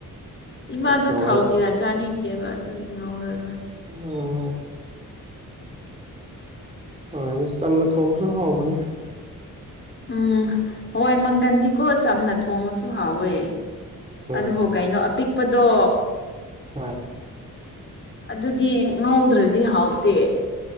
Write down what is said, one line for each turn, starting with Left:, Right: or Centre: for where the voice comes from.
Left: ꯏꯃꯥꯗꯨ
Right: ꯀꯃꯥꯏꯅ
Left: ꯊꯥꯎ ꯀ꯭ꯌꯥ ꯆꯥꯅꯤꯡꯗꯦꯕ ꯑꯗꯨꯏ ꯉꯧꯔꯔꯣꯏ
Right: ꯎꯝ ꯍꯣꯏ ꯑꯗꯨ ꯆꯝꯅ ꯊꯣꯡꯕꯁꯨ ꯍꯥꯎꯕꯅꯤꯗ
Left: ꯎꯝ ꯍꯋꯥꯏ ꯃꯪꯒꯟꯗꯤꯀꯣ ꯆꯝꯅ ꯊꯣꯡꯉꯁꯨ ꯍꯥꯎꯋꯦ
Right: ꯎꯝ
Left: ꯑꯗꯨꯕꯨ ꯀꯩꯅꯣ ꯑꯄꯤꯛꯄꯗꯣ
Right: ꯍꯣꯏ
Left: ꯑꯗꯨꯗꯤ ꯉꯧꯗ꯭ꯔꯗꯤ ꯍꯥꯎꯇꯦ